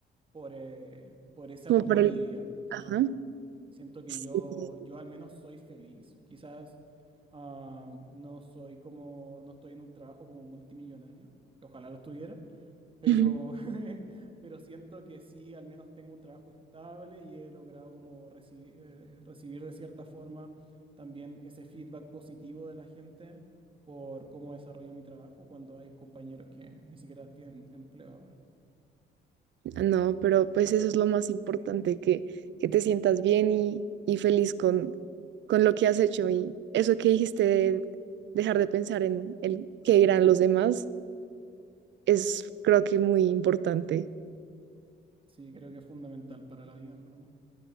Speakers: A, on the right (about 25°); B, on the right (about 65°).
A: por, eh, por esa
B: Como
A: competitividad.
B: para el...
A: Ajá.
B: Ajá.
A: Siento que
B: Sí.
A: yo, yo al menos soy feliz. Quizás ah, no soy como, no estoy en un trabajo como multimillonario. Ojalá lo estuviera,
B: <laughs>
A: pero,
B: Ujú.
A: <laughs> pero siento que sí, al menos tengo un trabajo estable y he logrado como reci- eh, recibir de cierta forma también ese feedback positivo de la gente por cómo desarrollo mi trabajo cuando hay compañeros que ni siquiera tienen empleo ahora.
B: No, pero pues eso es lo más importante, que, que te sientas bien y, y feliz con, con lo que has hecho. Y eso que dijiste de dejar de pensar en el qué dirán los demás es creo que muy importante.
A: Sí, creo que es fundamental para la vida, en verdad.